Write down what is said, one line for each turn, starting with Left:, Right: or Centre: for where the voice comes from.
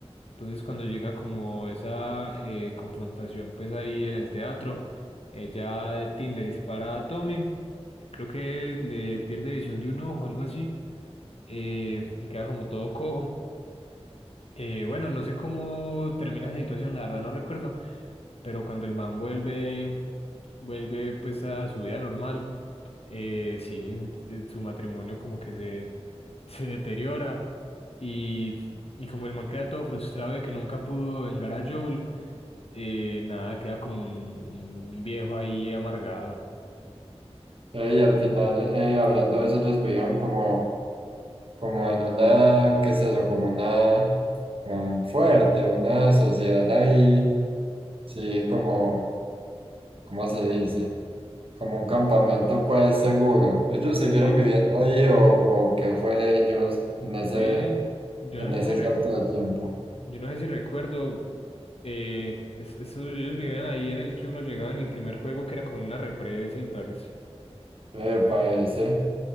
Left: Entonces cuando llega como esa eh, confrontación pues ahí en el teatro, ella, Tin, le dispara a Tommy, creo que le pierde visión de un ojo, algo así, eh, y queda como todo cojo. Eh, bueno, no sé cómo termina esa situación, la verdad no recuerdo, pero cuando el man vuelve, vuelve pues a su vida normal, eh, sí, en- en su matrimonio como que se, <laughs> se deteriora y, y como el man queda todo frustrado de que nunca pudo vengar a Joel, eh, nada, queda como un, un un viejo ahí amargado.
Right: Eh, y al final, eh, hablando de eso, ellos vivían como, como en una, qué es eso, como una, un fuerte, una sociedad ahí, sí, como ¿cómo se dice? Como un campamento pues seguro. ¿Ellos siguieron
Left: Sí,
Right: viviendo ahí o, o qué fue ellos en ese,
Left: ve, yo
Right: en
Left: no
Right: ese
Left: sé si recuerdo.
Right: salto de tiempo?
Left: Yo no sé si recuerdo, eh, es- esos- ellos vivían ahí en el que uno llegaba en el primer juego, que era como una represa y tales.
Right: Epa, ese.